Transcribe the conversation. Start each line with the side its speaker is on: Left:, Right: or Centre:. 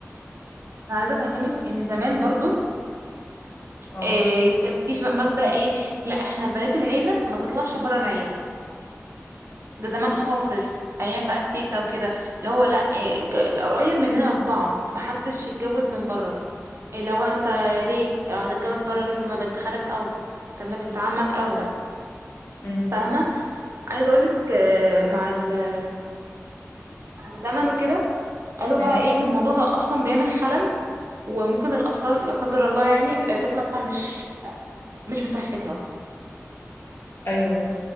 Right: انا عايزه افهمك ان زمان برضو
Left: اه
Right: إيه كان في ف- مبدأ ايه لا احنا بنات العيله ما تطلعش بره العيله ده زمان خالص ايام بقى التيتا وكده اللي هو لا إيه ك- القرايب مننا ببعض محدش يتجوز من بره إيه لو انت ليه لو هتتجوز بره ليه طب ما بنت خالك اولى طب ما بنت عمك اولى
Left: امم
Right: فاهمه عايزه اقولك آه، مع ال- مع الزمن وكده قالوا
Left: اه
Right: بقى ايه ان الموضوع ده اصلا بيعمل خلل وممكن الأطفال لا قدر الله يعني آه، تطلع مش مش بصحتها
Left: ايوه